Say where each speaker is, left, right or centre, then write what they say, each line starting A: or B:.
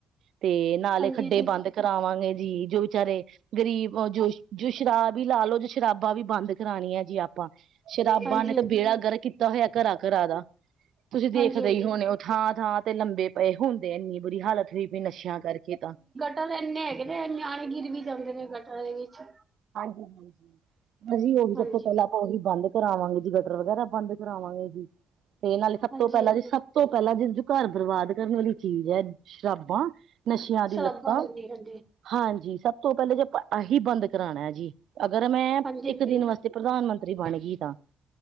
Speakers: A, on the right; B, on the right.
A: ਤੇ ਨਾਲੇ
B: ਹਾਂਜੀ
A: ਖੱਡੇ ਬੰਦ।
B: ਹਾਂਜੀ
A: ਕਰਾਵਾਂਗੇ ਜੀ ਜੋ ਵਿਚਾਰੇ। ਗਰੀਬ ਜੋ ਜੋ ਸ਼ਰਾਬ ਵੀ ਲਾ ਲਓ ਜੀ ਸ਼ਰਾਬਾਂ ਵੀ ਬੰਦ ਕਰਾਉਣੀਆਂ ਜੀ ਆਪ। ਆਪਾਂ ਸ਼ਰਾਬਾਂ
B: ਹਾਂਜੀ ਹਾਂਜੀ ਹਾਂਜੀ
A: ਨੇ ਤਾਂ
B: ਹਾਂਜੀ।
A: ਬੇੜਾ ਗਰਕ ਕੀਤਾ ਹੋਇਆ ਘਰ ਘਰ ਦਾ। ਤੁਸੀਂ ਦੇਖਦੇ
B: ਹਾਂਜੀ ਹਾਂਜੀ।
A: ਹੀ ਹੋਣੇ ਹੋ ਥਾਂ ਥਾਂ ਤੇ ਲੰਮੇ ਪਏ ਹੁੰਦੇ ਇੰਨੀ ਬੁਰੀ ਹਾਲਤ ਹੋਈ ਪਈ ਨਸ਼ਿਆਂ ਕਰਕੇ ਤਾਂ।
B: ਤਾਂ ਇੰਨੇ ਹੈਗੇ ਨੇ ਨਿਆਣੇ ਗਿਰ ਵੀ ਜਾਂਦੇ ਨੇ ਗਟਰ ਦੇ ਵਿੱਚ।
A: ਹਾਂਜੀ, ਹਾਂਜੀ, ਹਾਂਜੀ ਉਹੀ ਸਭ
B: ਹਾਂਜੀ
A: ਤੋਂ ਪਹਿਲਾਂ। ਉਹੀ ਬੰਦ ਕਰਾਵਾਂਗੇ ਜੀ ਗਟਰ ਵਗੈਰਾ ਬੰਦ ਕਰਾਵਾਂਗੇ ਜੀ ਤੇ ਇਹ ਨਾਲੇ ਸਭ
B: ਹਾਂਜੀ
A: ਤੋਂ ਪਹਿਲਾਂ
B: ਹਾਂਜੀ
A: ਜੀ ਸ। ਤੋਂ ਪਹਿਲਾਂ ਜਿ ਘਰ ਬਰਬਾਦ ਕਰਨ ਵਾਲੀ ਚੀਜ਼ ਹੈ। ਸ਼ਰਾਬਾਂ ਨਸ਼ਿਆਂ ਦੀ
B: ਸ਼ਰਾਬਾਂ
A: ਲੱਤਾਂ।
B: ਹਾਂਜੀ ਹਾਂਜੀ।
A: ਹਾਂਜੀ ਸਭ ਤੋਂ ਪਹਿਲੇਾਂ ਜੇ ਆਹੀ ਬੰਦ ਕਰਾਉਣਾ ਜੀ। ਅਗਰ ਮੈਂ
B: ਹਾਂਜੀ
A: ਇੱਕ
B: ਹਾਂਜੀ
A: ਦਿਨ ਵਾਸਤੇ ਤੇ ਪ੍ਰਧਾਨ ਮੰਤਰੀ ਬਣ ਗਈ ਤਾਂ।